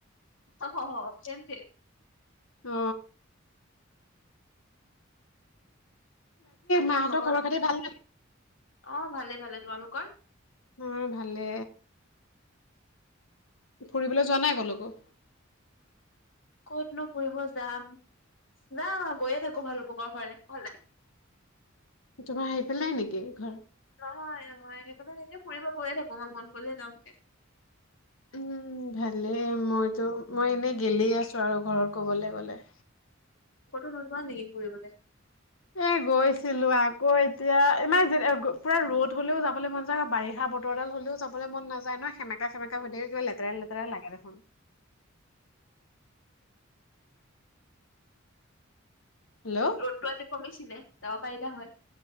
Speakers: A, on the left; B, on the left.
A: হ হ হ চেম চেম।
B: অ।
A: বাকী
B: মাহঁতৰ
A: খবৰ,
B: খাতি ভাল নে
A: অ ভালে ভালে। তোমালোকৰ?
B: অ ভালে। ফুৰিবলৈ যোৱা নাই ক'লৈকো?
A: ক'তনো ফুৰিব যাম না গৈয়ে থাকো ভালুপুকৰ ফালে ঘলে।
B: তোমাৰ সেই ফালে নেকি ঘৰ?
A: নহয় নহয় সেইকাৰণে এনেই ফুৰিব গৈয়ে থাকো মই মন গ'লে যাওঁ গে।
B: উম ভালেই মইতো মই এনে গেলি আছো আৰু ঘৰত ক'বলে গ'লে।
A: কতো নোযোৱা নেকি ফুৰিবলে?
B: এ গৈছিলো আকৌ এতিয়া ইমান যে ক পুৰা ৰ'দ হলেও যাবলৈ মন যায় আকৌ বাৰিষা বত- বতৰডাল হলেওঁ যাবলে মন নাযায় ন সেমেকা সেমেকা হৈ থাকে কিবা লেতেৰা লতেৰা লাগে দেখোন। হেল্ল'
A: ৰ'দতো আজি কমিছিলে যাব পাৰিলা হয়।